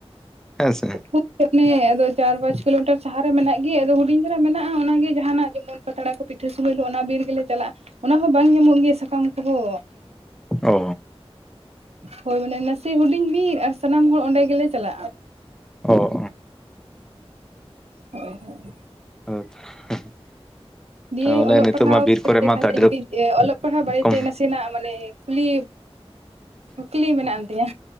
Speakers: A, in the centre; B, on the right.
A: ᱦᱮᱸᱥᱮ᱾
B: ᱠᱷᱩᱵ ᱟᱱᱮ ᱟᱫᱚ ᱪᱟᱨ ᱯᱟᱸᱪ ᱠᱤᱞᱳᱢᱤᱴᱟᱨ ᱥᱟᱦᱟ ᱨᱮ ᱢᱮᱱᱟᱜ ᱜᱮ ᱟᱫᱚ ᱦᱩᱰᱤᱧ ᱫᱷᱟᱨᱟ ᱢᱮᱱᱟᱜ-ᱟ ᱚᱱᱟᱜᱮ ᱡᱟᱦᱟᱱᱟᱜ ᱡᱮᱢᱚᱱ ᱯᱟᱛᱲᱟ ᱠᱚ ᱯᱤᱴᱷᱟᱹ ᱥᱚᱢᱚᱭ ᱫᱚ ᱚᱱᱟ ᱵᱤᱨ ᱜᱮᱞᱮ ᱪᱟᱞᱟᱜ-ᱟ᱾ᱚᱱᱟ ᱦᱚᱸ ᱵᱟᱝ ᱧᱟᱢᱚᱜ ᱜᱮᱭᱟ ᱥᱟᱠᱟᱢ ᱦᱚᱜ
A: ᱚ
B: ᱦᱳᱭ ᱢᱟᱱᱮ ᱱᱟᱥᱮ ᱦᱩᱰᱤᱧ ᱵᱤᱨ ᱟᱨ ᱥᱟᱱᱟᱢ ᱦᱚᱲ ᱚᱸᱰᱮ ᱜᱮᱞᱮ ᱪᱟᱞᱟᱜ-ᱟ᱾
A: ᱚ ᱚ᱾
B: ᱦᱳᱭ, ᱦᱳᱭ᱾
A: <unintelligible>
B: ᱫᱤᱭᱮ
A: ᱛᱟᱦᱚᱞᱮ
B: ᱚᱞᱚᱜ
A: ᱱᱤᱛᱚᱜ
B: ᱯᱟᱲᱦᱟᱣ
A: ᱢᱟ ᱵᱤᱨ ᱠᱚᱨᱮ ᱢᱟ
B: ᱛᱟᱦᱞᱮ
A: ᱟᱹᱰᱤ
B: ᱡᱩᱫᱤ ᱚᱞᱚᱜ ᱯᱟᱲᱦᱟᱣ
A: ᱨᱚᱠᱚᱢ
B: ᱵᱟᱨᱮ ᱛᱮ ᱱᱟᱥᱮ ᱱᱟᱜ ᱢᱟᱱᱮ ᱠᱩᱠᱞᱤ, ᱠᱩᱠᱞᱤ ᱢᱮᱱᱟᱜ ᱟᱱ ᱛᱤᱧᱟᱹ᱾